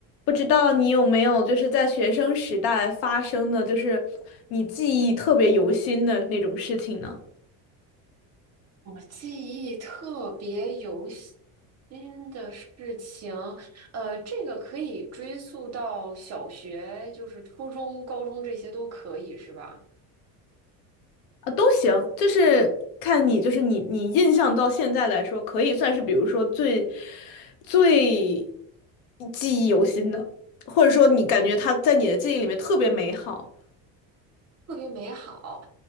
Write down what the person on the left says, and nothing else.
不知道你有没有就是在学生时代发生的，就是你记忆特别犹新的那种事情呢？
啊，都行，就是看你，就是你，你印象到现在来说，可以算是比如说最最记忆犹新的，或者说你感觉他在你的记忆里面特别美好。